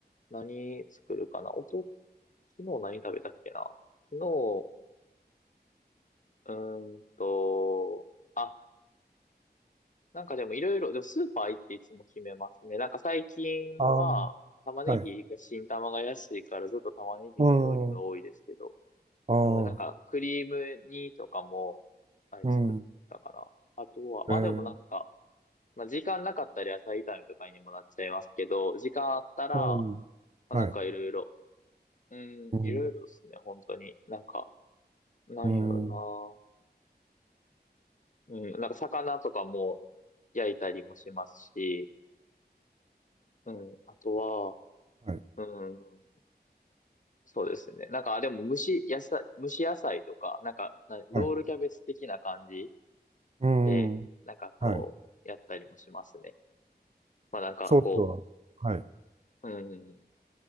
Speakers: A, on the left; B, on the right.
A: 何作るかなおと、昨日何食べたっけな昨日、うーんと、あ、なんかでもいろいろ、でもスーパー行っていつも決めますね。なんか最近は、
B: ああ、
A: 玉ねぎが、
B: はい。
A: 新玉が安いからずっと玉ねぎの料理が多いですけど。
B: うん。ああ、
A: うん、なんか、クリーム煮とかも、あれ作ったかな。
B: うん。
A: あとは、まあでもなんか、
B: えー、
A: まあ時間なかったら野菜炒めとかにもなっちゃいますけど、時間あったら、
B: うん。
A: まあなんかいろいろ、
B: はい。
A: うん、
B: うん。
A: いろいろですね、本当に。なんか、なんやろ
B: うん。うん
A: な。うん、なんか魚とかも焼いたりもしますし、うん、あとは、
B: はい。
A: うん、そうですね。なんか、あでも蒸し野菜、蒸し野菜とか、なんか、なロールキャベツ的な感じ
B: はい。うん。
A: で、なんかこう、
B: はい。
A: やったりもしますね。まあなんかこ
B: ソースは、はい。
A: う、うん。